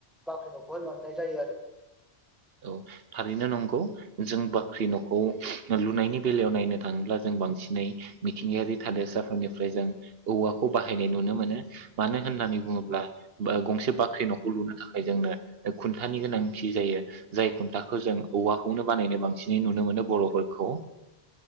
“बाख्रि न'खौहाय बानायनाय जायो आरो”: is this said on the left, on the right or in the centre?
Centre